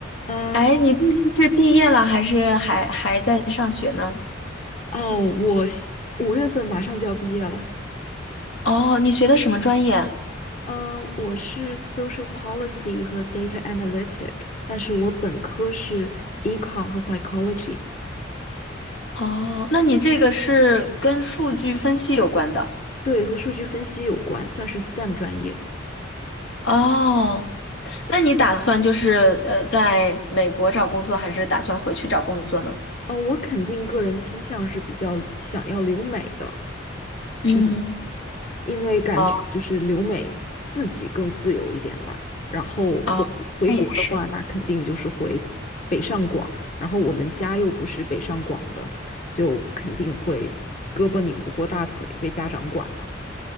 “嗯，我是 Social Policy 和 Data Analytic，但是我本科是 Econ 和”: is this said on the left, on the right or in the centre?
Left